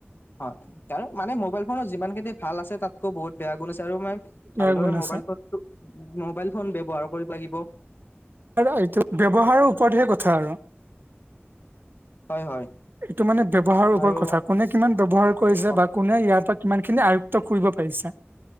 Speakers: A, on the left; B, on the right.
A: হয় আৰু মানে মোবাইল ফোনৰত যিমান খিনি ভাল আছে তাতকৈ বহুত বেয়া গুণ আছে আৰু মানে
B: ইয়াৰ
A: ভালদৰে
B: গুণ আছে।
A: মোবাইল ফোনটো মোবাইল ফোন ব্যৱহাৰ কৰিব লাগিব।
B: এইটো ব্যৱহাৰৰ ওপৰতহে কথা আৰু।
A: হয় হয়
B: এইটো মানে ব্যৱহাৰ ওপৰ
A: আৰু
B: কথা কোনে কিমান ব্যৱহাৰ কৰিছে
A: অ
B: বা কোনে ইয়াৰ পৰা কিমানখিনি আয়ুক্ত কৰিব পাৰিছা।